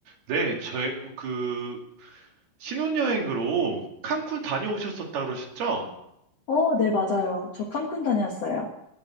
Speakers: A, on the right; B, on the left.
A: 네, 저, 그, 신혼여행으로 칸쿤 다녀오셨었다 그러셨죠?
B: 어, 네, 맞아요. 저 칸쿤 다녀왔어요.